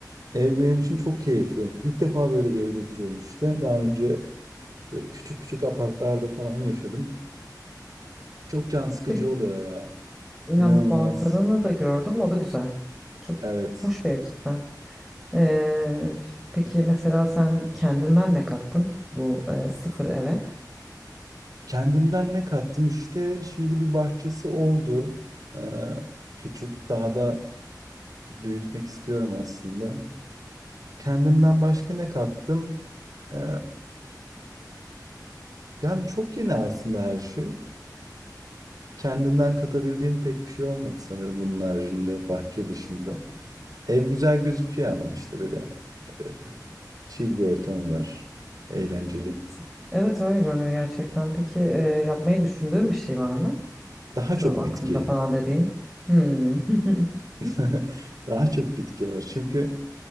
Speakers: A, on the right; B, in the centre.
A: Ev benim için çok keyifli. İlk defa böyle bir evde oturuyorum işte. Daha önce böyle küçük küçük apartlarda falan yaşadım. Çok can sıkıcı
B: <laughs> Üstelik
A: oluyor ya.
B: ya
A: İnanılmaz.
B: manzaranı da gördüm. O da güzel. Çok
A: Evet.
B: hoş bir ev cidden. Ee, peki mesela sen kendinden ne kattın bu e, sıfır eve?
A: Kendimden ne kattım işte. Şimdi bir bahçesi oldu. Ee, küçük. Daha da büyütmek istiyorum aslında. Kendimden başka ne kattım? Eee, yani çok yeni aslında her şey. Kendimden katabildiğim pek bir şey olmadı sanırım bunun haricinde, bahçe
B: Anladım.
A: dışında. Ev güzel gözüküyor ama işte böyle e, chill bir ortam var. Eğlenceli.
B: Evet. Evet öyle görünüyor gerçekten. Peki e, yapmayı düşündüğün bir şey var mı?
A: Daha
B: Şu
A: çok
B: aklımda
A: bitki.
B: falan dediğin. Hmm. <laughs>
A: <laughs> Daha çok bitki var. Çünkü